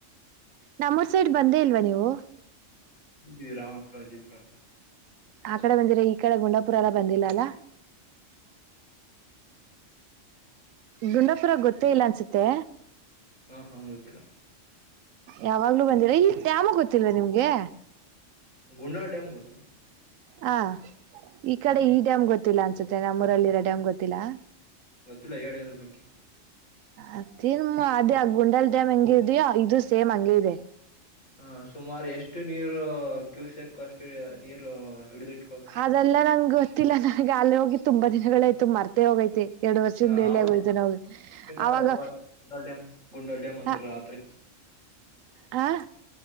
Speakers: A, on the right; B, on the left.
A: ನಮ್ಮೂರ್ ಸೈಡ್ ಬಂದೇ ಇಲ್ವಾ ನೀವು
B: ಬಿ ರಾಮಪುರಾ ಜಿಪ್ರಪುಡೆ
A: ಆ ಕಡೆ ಬಂದಿರಿ ಈ ಕಡೆ ಗುಂಡಾಪುರ ಎಲ್ಲ ಬಂದಿಲ್ಲ ಅಲ್ಲ. ಗುಂಡಪುರ ಗೊತ್ತೇ ಇಲ್ಲ ಅನ್ಸುತ್ತೆ.
B: ಹಾ ಹಾ ಗೊತ್ತಿಲ್ಲ.
A: ಯಾವಾಗ್ಲೂ ಬಂದಿರಾ ಈ ಡ್ಯಾಮ್ ಗೊತ್ತಿಲ್ಲವಾ ನಿಮ್ಗೆ?
B: ಗುಂಡಾಳ್ ಡ್ಯಾಮ್ ಗೊತ್ತು.
A: ಹ ಈ ಕಡೆ
B: ಹಾ
A: ಈ ಡ್ಯಾಮ್ ಗೊ ಗೊತ್ತಿಲ್ಲ ಅನ್ಸುತ್ತೆ ನಮ್ಮೂರಲ್ಲಿರೋ ಡ್ಯಾಮ್ ಗೊತ್ತಿಲ್ಲ.
B: ಗೊತ್ತಿಲ್ಲ ಹೇಳಿ ಅದರಬಗ್ಗೆ.
A: ಅದೇನ್ ಅದೇ ಗುಂಡಾಲ್ ಡ್ಯಾಮ್ ಹೆಂಗ ಇದಯೊ ಇದು ಸೇಮ್ ಹಂಗ ಇದೆ.
B: ಹ ಸುಮಾರು ಎಷ್ಟು ನೀರು ಕ್ಯೂಸೆಕ್ ಅಷ್ಟು ನೀರು ಹಿಡಿದಿಟ್
A: ಅದೆಲ್ಲ ನಂಗ ಗೊತ್ತಿಲ್ಲ ನಂಗ ಅಲ್ಲೋಗಿ ತುಂಬಾ ದಿನಗಳಾಯ್ತು ಮರ್ತೆ ಹೋಗೈತೆ. ಎರಡು ವರ್ಷದ್
B: ಹಾ
A: ಮೇಲೆ ಆಗೋಯ್ತು ನಾವ್
B: ಇಂದ
A: ಅವಾಗ
B: ಕಡೆ ಅಲ್ವಾ ಗುಂಡೋಳ ಡ್ಯಾಮ್ ಗುಂಡೋಳ ಡ್ಯಾಮ್ ಅಂತಾರ
A: ಹ
B: ಆ ತರ
A: ಹ